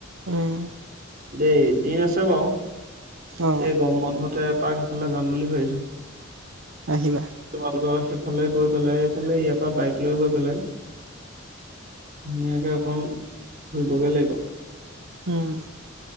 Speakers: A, on the right; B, on the right.
A: উম
B: দেই দিন আছে বাৰু
A: অ
B: এই গম বন্ধতে এপাক সেইফালে যাম বুলি ভাবিছোঁ
A: আহিবা
B: তোমালোকৰ সেইফালে গৈ পেলাই এইফালে ইয়াৰ পৰা বাইক লৈ গৈ পেলাই ধুনীয়াকে অকণ ফুৰিবগে লাগিব
A: উম